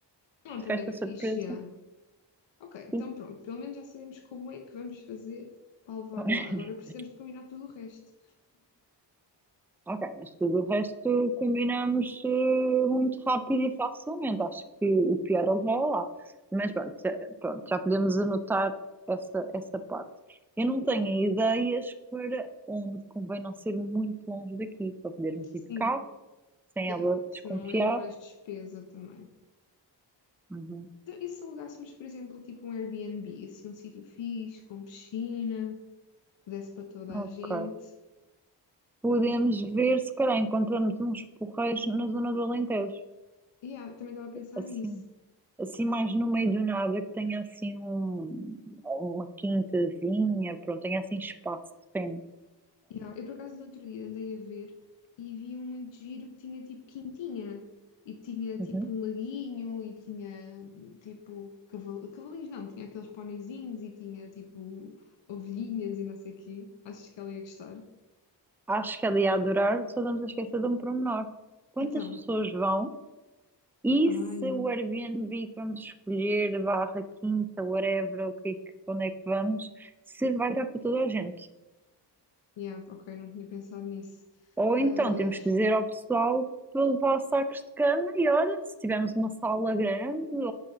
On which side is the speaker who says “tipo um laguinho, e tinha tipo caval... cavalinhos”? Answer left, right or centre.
Left